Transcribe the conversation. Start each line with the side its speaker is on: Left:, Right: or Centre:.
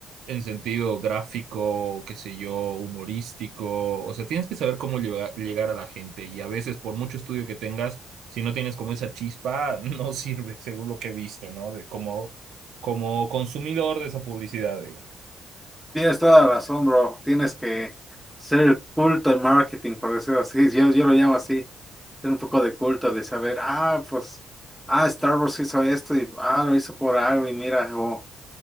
Right: en sentido gráfico, qué sé yo, humorístico. O sea, tienes que saber cómo lleva- llegar a la gente. Y a veces, por mucho estudio que tengas, si no tienes como esa chispa, <laughs> no sirve, según lo que he visto, ¿no? De como, como consumidor de esa publicidad, digo.
Centre: Tienes toda la razón, bro. Tienes que ser culto en marketing, por decirlo así. <laughs> Yo, yo lo llamo así. Ser un poco de culto, de saber, ah, pues, ah, Star Wars hizo esto y ah, lo hizo por algo y mira, o